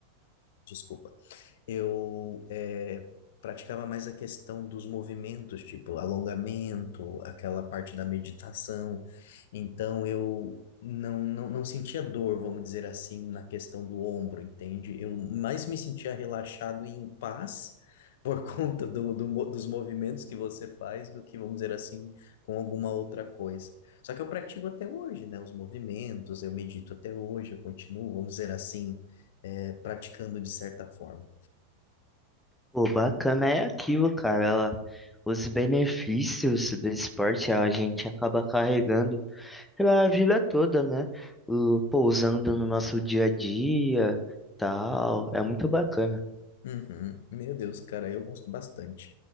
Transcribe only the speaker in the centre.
Pô, bacana é aquilo, cara. Ela- os benefícios do esporte a gente acaba carregando pela vida toda, né? O, pô, usando no nosso dia a dia, tal. É muito bacana.